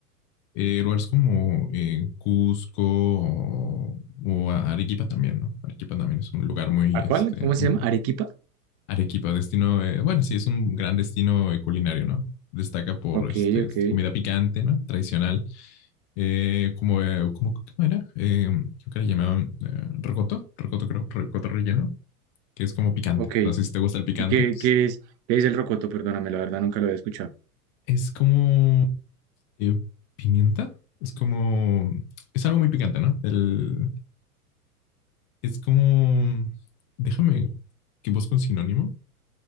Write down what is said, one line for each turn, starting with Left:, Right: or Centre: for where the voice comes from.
Left: eh, lugares como eh, Cusco o, o, Arequipa también, ¿no? Arequipa también es un lugar muy,
Right: ¿A
Left: este,
Right: cuál? ¿Cómo se
Left: un,
Right: llama? ¿Arequipa?
Left: Arequipa, destino, eh, bueno, sí, es un gran destino eh, culinario, ¿no? Destaca por
Right: Ok,
Left: este,
Right: ok,
Left: comida picante, ¿no? Tradicional. Eh, como, eh, como- ¿cómo era? Eh, creo que le llamaban eh, rocoto, rocoto, creo, rocoto relleno, que es como picante.
Right: ok.
Left: No sé si te gusta el picante,
Right: ¿Y qué,
Left: pues
Right: qué es, qué es el rocoto? Perdóname, la verdad nunca lo había escuchado.
Left: es como eh, pimienta, es como, es algo muy picante, ¿no? El, es como, déjame que busque un sinónimo.